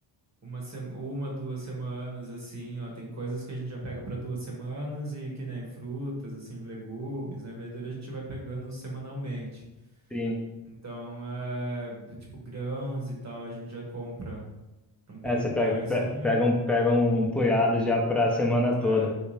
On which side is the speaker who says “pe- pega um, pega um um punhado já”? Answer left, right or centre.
Centre